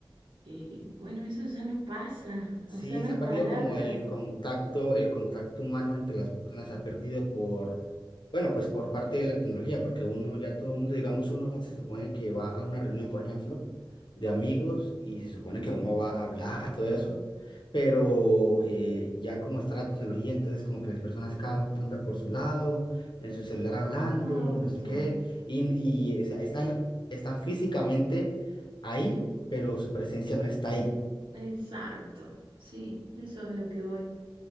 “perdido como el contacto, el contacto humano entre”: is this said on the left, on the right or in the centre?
Left